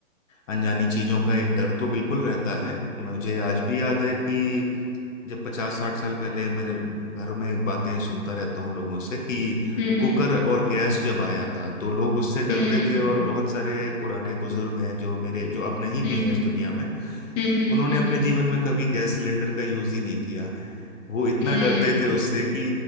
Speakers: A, on the left; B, on the left.
A: अनजानी चीजों का एक डर तो बिल्कुल रहता है मुझे आज भी याद है कि जब पचास साठ साल पहले मैंने घरों में बातें सुनता रहता हूँ लोगों से कि
B: हम्म
A: कुकर और गैस जब आया था तो लोग उससे डरते
B: hmm
A: थे
B: hmm
A: और बहुत सारे पुराने बुजुर्ग हैं जो मेरे जो अब नहीं
B: hmm
A: भी हैं
B: hmm
A: इस दुनिया में
B: hmm hmm
A: उन्होंने
B: hmm,
A: अपने जीवन में कभी गैस सिलेंडर का यूज ही नहीं किया वो इतना
B: हम्म,
A: डरते थे उससे कि